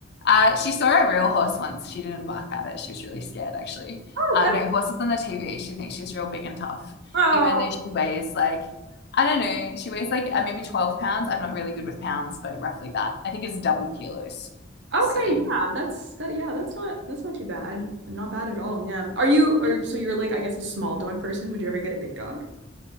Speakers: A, on the left; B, on the right.
A: Uh, she saw a real horse once. She didn't bark at it. She was really scared, actually.
B: Oh,
A: Uh,
B: that's
A: no, horses on the TV. She thinks she's real big and tough,
B: oh.
A: even though she weighs like, I don't know, she weighs like uh, maybe 12 pounds. I'm not really good with pounds, but roughly that. I think it's double kilos.
B: Okay,
A: So
B: yeah, that's that yeah, that's not that's not too bad. Not bad at all. Yeah. Are you or so you're like I guess a small dog person? Would you ever get a big dog?